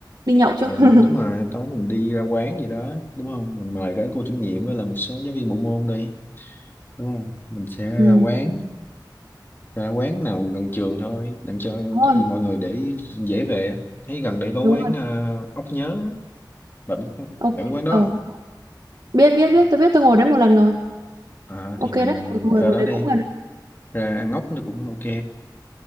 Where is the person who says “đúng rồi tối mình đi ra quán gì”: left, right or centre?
Left